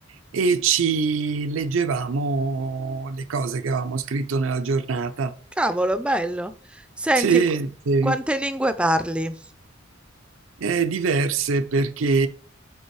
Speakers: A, on the right; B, in the centre.
A: e ci leggevamo le cose che avevamo scritto nella giornata.
B: Cavolo, è bello. Senti,
A: Sì,
B: qu-
A: sì.
B: quante lingue parli?
A: Eh, diverse perché